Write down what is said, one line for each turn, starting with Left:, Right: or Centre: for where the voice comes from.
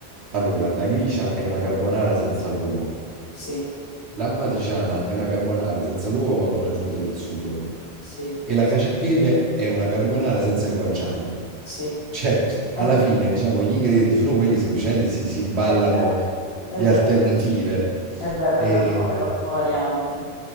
Right: Allora, la gricia è una carbonara senza l'uovo.
Left: Sì,
Right: L'amatriciana è una carbonara senza l'uovo ma con l'aggiunta del sugo.
Left: sì,
Right: E la cacio e pepe è una carbonara senza il guanciale.
Left: sì.
Right: Cioè,
Left: È
Right: alla
Left: vero,
Right: fine, diciamo, gli ingredienti sono quelli, semplicemente si, si ballano
Left: è vero, è
Right: le
Left: vero.
Right: alternative.
Left: È vero,
Right: E,
Left: è vero, sono le quattro varianti.